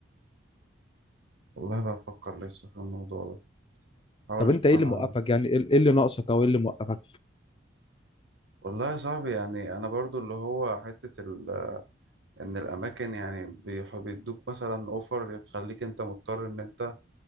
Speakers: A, on the right (about 65°); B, on the left (about 30°).
A: والله بفكر لسه في الموضوع ده حاول
B: طب
A: اشوف
B: انت ايه
A: انا
B: اللي موقفك يعني ايه إيه اللي ناقصك او ايه اللي موقفك
A: والله يا صاحبي يعني انا برضو اللي هو حته ال ان الاماكن يعني بيح- بيدوك مثلا اوفر يخليك انت مضطر ان انت